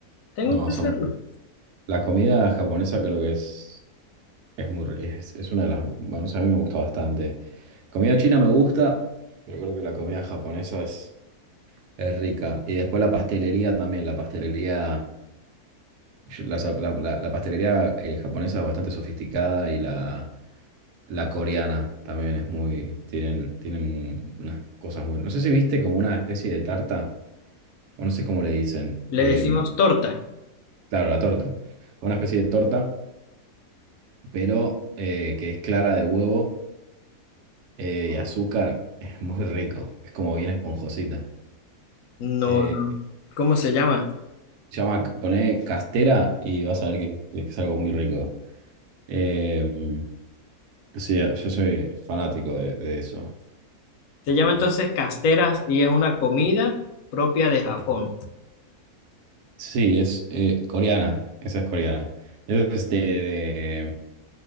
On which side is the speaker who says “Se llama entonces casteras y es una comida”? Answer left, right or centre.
Left